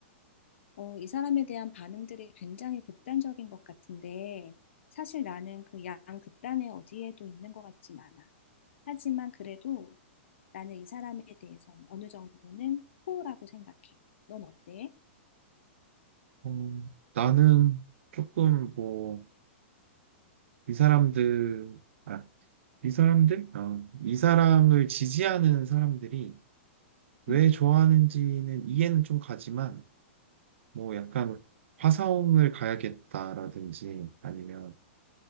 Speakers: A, on the left (about 70°); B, on the right (about 70°).
A: 어, 이 사람에 대한 반응들이 굉장히 극단적인 것 같은데 사실 나는 그 양 극단에 어디에도 있는 것 같진 않아. 하지만 그래도 나는 이 사람에 대해선 어느 정도는 호우라고 생각해. 넌 어때?
B: 어, 나는 조금 뭐, 이 사람들, 아, 이 사람들? 아, 이 사람을 지지하는 사람들이 왜
A: 음,
B: 좋아하는지는 이해는 좀 가지만, 뭐 약간 화성을 가야겠다라든지 아니면